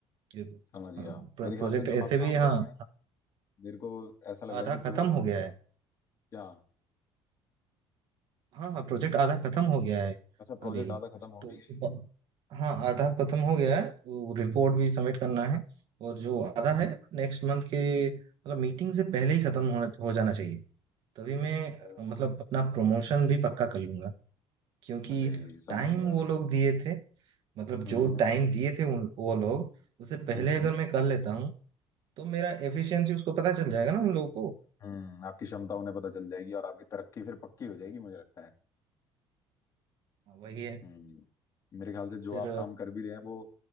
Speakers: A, on the right (about 50°); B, on the left (about 35°).
A: ये-
B: समझ गया
A: हाँ
B: मेरे ख्याल
A: प्रोजेक्ट
B: से
A: ऐसे
B: जो आप
A: भी
B: काम
A: हाँ
B: कर रहे हैं मेरे को ऐसा लग रहा
A: आधा
B: है कि
A: खत्म
B: जो
A: हो गया है
B: क्या
A: हाँ हाँ प्रोजेक्ट आधा खत्म हो गया है
B: अच्छा प्रोजेक्ट
A: अभी
B: आधा खत्म हो
A: तो
B: भी
A: उसके
B: गया
A: बाद- हाँ आधा खत्म हो गया है वो रिपोर्ट भी सबमिट करना है और जो आधा
B: है। हम्म।
A: है नेक्स्ट मंथ के मतलब मीटिंग से पहले ही खत्म होना हो जाना चाहिए तभी मैं
B: ओह,
A: मतलब अपना प्रमोशन भी पक्का कर लूंगा क्योंकि
B: अरे समझ
A: टाइम
B: गया
A: वो लोग दिए थे मतलब
B: हम्म
A: जो टाइम दिए थे उन वो लोग उससे पहले
B: हम्म
A: अगर मैं कर लेता हूँ तो मेरा एफिशिएंसी उसको पता चल जाएगा ना उन लोगों को
B: हम्म आपकी क्षमता उन्हें पता चल जाएगी और आपकी तरक्की फिर पक्की हो जाएगी मुझे लगता है
A: हाँ, वही है
B: हम्म मेरे ख्याल से जो
A: फिर
B: आप काम कर भी रहे हैं वो